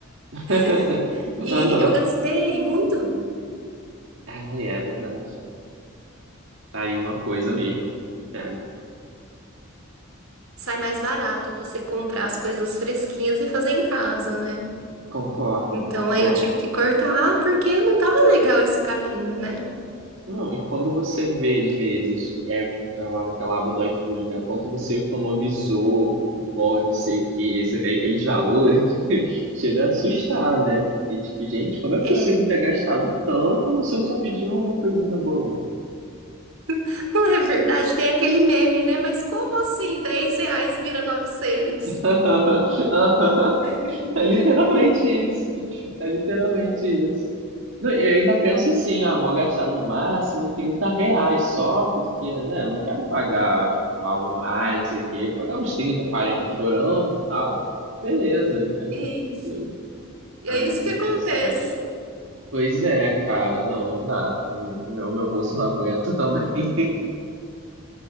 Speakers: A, on the right; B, on the right.
A: <laughs>
B: <laughs> e
A: Aham.
B: eu gastei muito.
A: Ah, é verdade. Tá aí uma coisa mesmo que pega.
B: Sai mais barato você comprar as coisas fresquinhas e fazer em casa, né?
A: Concordo,
B: Então
A: concordo.
B: aí eu tive que cortar porque não tava legal esse caminho, né?
A: Não, e quando você vê, às vezes, é, é lá naquela aba do iFood, né? O quanto você economizou com cupom e não sei o quê, você vê aqueles valores, <laughs> chega a assustar, né? Porque, tipo, gente, como é possível
B: É,
A: ter gastado tanto se eu só pedi uma coisinha boba?
B: <laughs> não é verdade? Tem aquele meme, né? Mas como assim 10 reais vira 900?
A: <laughs> <laughs>
B: <laughs>
A: É literalmente isso. É literalmente isso. Não, e eu ainda penso assim, ah, vou gastar no máximo 30 reais só, porque, né, não quero pagar, tipo, algo mais, não sei o quê. Pagar uns 30, 40 chorando e tal. Beleza. Aí,
B: Isso.
A: tu-
B: E
A: ai,
B: é isso
A: sem
B: que acontece.
A: condições. Pois é, cara, não, não dá. O meu, meu bolso não aguenta <laughs> também.